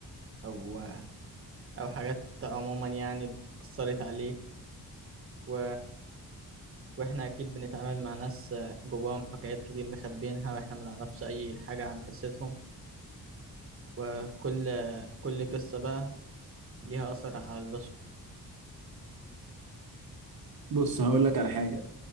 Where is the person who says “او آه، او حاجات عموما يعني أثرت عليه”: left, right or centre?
Right